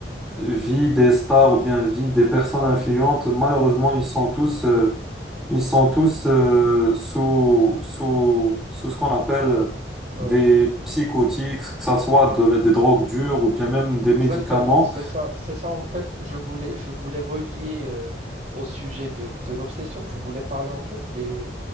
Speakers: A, in the centre; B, on the right (about 40°).
A: euh, vie des stars ou bien vie des personnes
B: Ouais,
A: influentes, malheureusement, ils sont tous, euh, ils sont tous euh,
B: Mhm.
A: sous, sous, sous ce qu'on appelle euh,
B: Ouais,
A: des psychotiques, que ce soit de- des drogues dures ou bien même des
B: exactement.
A: médicaments.
B: C'est ça, c'est ça en fait. Je voulais, je voulais relier euh, au sujet de, de l'obsession. Je voulais parler en fait des,